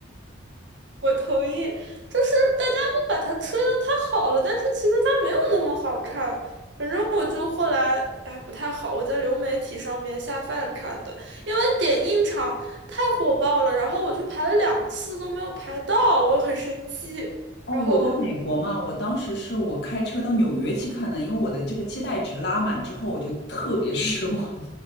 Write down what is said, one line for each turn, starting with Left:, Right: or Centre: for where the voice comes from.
Right: 我同意，就是大家都把它吹得太好了，但是其实它没有那么好看。反正我就后来，哎，不太好，我在流媒体上面下饭看的，因为点映场太火爆了，然后我去排了两次都没有排到，我很生气。
Left: 哦，
Right: 然后
Left: 我在美国嘛，我当时是我开车到纽约去看的，因为我的这个期待值拉满之后，我就特别失望。